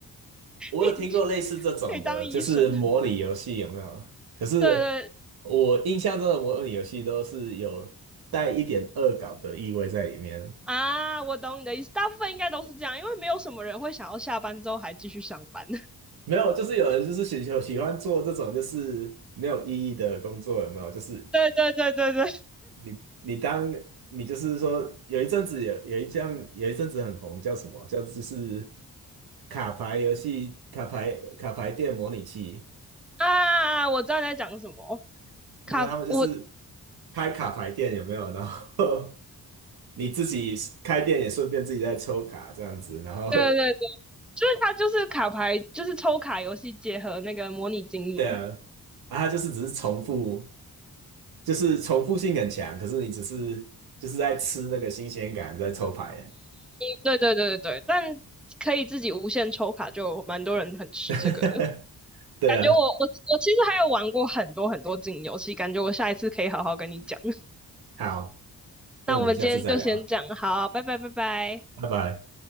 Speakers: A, in the centre; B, on the right.
A: <laughs>
B: 我有听过类似这种的，
A: 你已经可以当医生。
B: 就是模拟游戏有没有？可是我印象中的模拟游戏都是有带一点恶搞的意味在里面。
A: 对对，啊，我懂你的意思，大部分应该都是这样，因为没有什么人会想要下班之后还继续上班。<laughs>
B: 没有，就是有人就是喜 <laughs> 喜欢做这种就是没有意义的工作，有没有？就是
A: 对对对对对，
B: 你你当你就是说有一阵子有有一项有一阵子很红，叫什么？叫就是卡牌游戏、卡牌卡牌店模拟器。
A: 啊，我知道你在讲什么，
B: 那他们就是
A: 卡，我，
B: 开卡牌店，有没有？然后 <laughs> 你自己开店也顺便自己在抽卡这样子，然后
A: 对对对，就是它就是卡牌，就是抽卡游戏结合那个模拟经营。
B: <laughs> 对啊，然它就是只是重复。就是重复性很强，可是你只是就是在吃那个新鲜感，在抽牌。
A: 对对对对对，但可以自己无限抽卡，就蛮多人很吃这个的。
B: <laughs> 对啊，
A: 感觉我我我其实还有玩过很多很多经营游戏，感觉我下一次可以好好跟你讲。<laughs>
B: 好，那我们下次再聊，
A: 那我们今天就先这样，好，拜拜拜拜。
B: 拜拜。